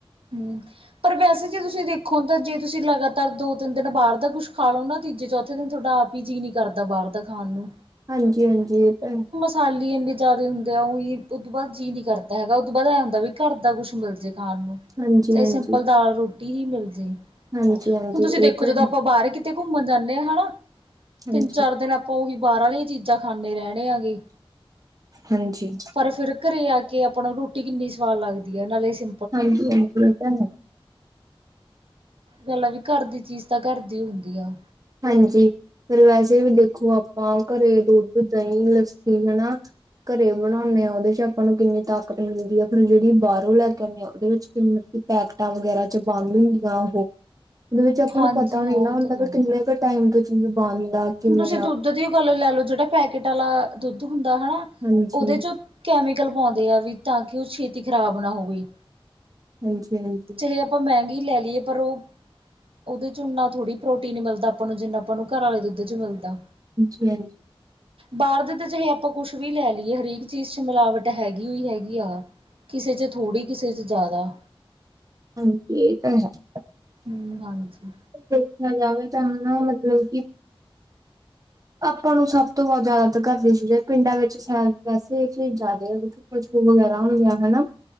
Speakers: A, on the right (about 75°); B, on the right (about 40°).
A: ਹੂੰ ਪਰ ਵੈਸੇ ਜੇ ਤੁਸੀਂ ਦੇਖੋ ਤਾਂ ਜੇ ਤੁਸੀਂ ਲਗਾਤਾਰ ਦੋ ਤਿੰਨ ਦਿਨ ਬਾਰ ਦਾ ਕੁੱਛ ਖਾ ਲੋ ਨਾ ਤੀਜੇ ਚੌਥੇ ਦਿਨ ਤੁਹਾਡਾ ਜੀਅ ਨਈ ਕਰਦਾ ਬਾਰ ਦਾ ਖਾਣ ਨੂੰ
B: ਹਾਂਜੀ-ਹਾਂਜੀ ਇਹ ਤਾ ਹੈ।
A: ਖਾਲੀ ਇੰਨੇ ਜ਼ਿਆਦਾ ਹੁੰਦੇ ਆ, ਉਹੀ ਉਹ ਤੋਂ ਬਾਅਦ ਜੀਅ ਨੀ ਕਰਦਾ ਹੈਗਾ, ਉਹਦ ਤੋਂ ਬਾਅਦ ਐ ਹੁੰਦਾ ਵੀ ਘਰਦਾ ਕੁੱਛ ਮਿਲ ਜੇ ਖਾਣ ਨੂੰ।
B: ਹਾਂਜੀ
A: ਚ'
B: ਹਾਂਜੀ
A: ਸਿੰਪਲ ਦਾਲ ਰੋਟੀ ਹੀ ਮਿਲ ਜੇ। ਹੁਣ,
B: ਹਾਂਜੀ ਹਾਂਜੀ
A: ਤੁਸੀਂ ਦੇਖੋ
B: ਇਹ ਤਾਂ
A: ਜਦੋਂ
B: ਹੈ
A: ਆਪਾਂ ਬਾਹਰ ਕਿਤੇ ਘੁੰਮਣ ਜਾਂਦੇ ਹਾਂ, ਹਨਾ?
B: ਹਾਂਜੀ
A: ਤਿੰਨ ਚਾਰ ਦਿਨ ਆਪ ਉਹੀ ਬਾਹਰ ਵਾਲੀਆਂ ਚੀਜ਼ਾਂ ਖਾਂਦੇ ਰਹਿਣੇ ਆ ਗੇ।
B: ਹਾਂਜੀ
A: ਪਰ ਫਿਰ ਘਰੇ ਆ ਕੇ ਆਪਾਂ ਨੂੰ ਰੋਟੀ ਕਿੰਨੀ ਸਵਾਦ ਲੱਗਦੀ ਹੈ। ਨਾਲੇ ਸਿ
B: ਹਾਂਜੀ-ਹਾਂਜੀ ਇਹ ਤਾਂ ਹੈ।
A: ਗੱਲ ਆ ਵੀ ਘਰ ਦੀ ਚੀਜ਼ ਤਾਂ ਘਰ ਦੀ ਹੁੰਦੀ ਆ।
B: ਹਾਂਜੀ। ਫਿਰ ਵੈਸੇ ਵੀ ਦੇਖੋ ਆਪਾਂ ਘਰੇ ਦੁੱਧ, ਦਹੀਂ, ਲੱਸੀ ਹਨਾ। ਘਰੇ ਬਣਾਉਂਦੇ ਆ ਉਹਦੇ ਚ' ਆਪਾਂ ਨੂੰ ਕਿੰਨੀ ਤਾਕਤ ਮਿਲਦੀ ਹੈ, ਫਿਰ ਜਿਹੜੀ ਬਾਹਰੋਂ ਲੈ ਕੇ ਆਉਂਦੇ ਆ ਉਹਦੇ ਵਿੱਚ ਕਿੰਨੀ ਪੈਕਟਾਂ ਵਗੈਰਾ ਚ' ਬੰਦ ਹੁੰਦੀਆਂ ਉਹ, ਉਹਦੇ ਵਿੱਚ ਆਪਾਂ
A: ਹਾਂਜੀ
B: ਨੂੰ ਪਤਾ ਨਹੀਂ
A: ਹਾਂ
B: ਨਾ
A: ਉਹ
B: ਹੁੰਦਾ
A: ਤਾਂ ਗੱਲ
B: <inaudible> ਮੇਰੇ ਕੋਲ ਟਾਈਮ ਤੋਂ ਚੀ ਬਣਦਾ। ਕਿਵੇਂ
A: ਹੁਣ ਤੁਸੀਂ
B: ਆ
A: ਦੁੱਧ ਦੀ ਗੱਲ ਲੈ ਲਓ, ਜਿਹੜਾ ਪੈਕੇਟ ਵਾਲਾ ਦੁੱਧ ਹੁੰਦਾ ਹਨਾ।
B: ਹਾਂਜੀ
A: ਉਹਦੇ ਚ' ਕੈਮੀਕਲ ਪਾਉਂਦੇ ਆ, ਵੀ ਤਾਂ ਕਿ ਉਹ ਛੇਤੀ ਖ਼ਰਾਬ ਨਾ ਹੋਵੇ।
B: ਹਾਂਜੀ-ਹਾਂਜੀ।
A: ਚਾਹੇ ਆਪਾਂ ਮਹਿੰਗੀ ਲੈ ਲਈਏ, ਪਰ ਉਹ ਉਹਦੇ ਚ' ਨਾ ਥੋੜ੍ਹੀ ਪ੍ਰੋਟੀਨ ਮਿਲਦਾ, ਆਪਾਂ ਨੂੰ ਜਿੰਨਾ ਆਪਾਂ ਨੂੰ ਘਰਾਂ ਦੁੱਧ ਚ' ਮਿਲਦਾ।
B: ਜ <inaudible>
A: ਬਾਹਰ ਦੇ ਤਾਂ ਚੇ' ਆਪਾਂ ਕੁਛ ਵੀ ਲੈ ਲਈਏ, ਹਰੇਕ ਚੀਜ਼ ਚ ਮਿਲਾਵਟ ਹੈਗੀ ਹੋਈ ਹੈਗੀ ਆ। ਕਿਸੇ ਚ' ਥੋੜੀ, ਕਿਸੇ ਚ' ਜ਼ਿਆਦਾ।
B: ਹਾਂਜੀ। ਇਹ ਤਾਂ ਹੈ।
A: ਹਮ, ਹਾਂਜੀ।
B: ਦੇਖਿਆ ਜਾਵੇ ਤਾਂ ਹਨਾ ਮਤਲਬ ਕਿ ਆਪਾਂ ਨੂੰ ਸਭ ਤੋਂ ਬਹੁਤ ਜ਼ਿਆਦਾ ਤਾਂ ਕਰਦੀ ਚ' ਪਿੰਡਾਂ ਵਿੱਚ ਸ ਵੈਸੇ ਇਹ ਚੀਜ਼ ਜ਼ਿਆਦਾ ਆ। <unintelligible> ਵਗੈਰਾ ਹੋ ਗਿਆ ਹਨਾ?